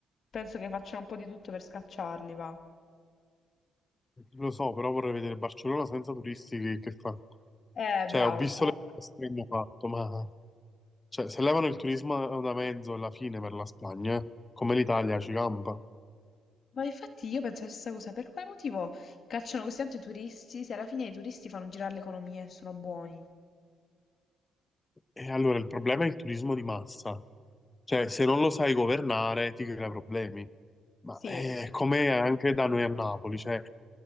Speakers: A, on the left; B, on the left.
A: penso che facciano un po' di tutto per scacciarli, va.
B: Lo so, però vorrei vedere Barcellona senza turisti che, che fa.
A: Eh,
B: Cioè,
A: bravo,
B: ho visto
A: esatto.
B: le cose che hanno fatto, ma cioè, se levano il turismo da mezzo alla fine per la Spagna, eh, come l'Italia ci campa.
A: Ma infatti io penso la stessa cosa, per quale motivo cacciano così tanto i turisti se alla fine i turisti fanno girare l'economia e sono buoni?
B: E allora il problema è il turismo di massa, cioè se non lo sai governare ti crea problemi, ma
A: Sì,
B: è come anche da noi a Napoli, cioè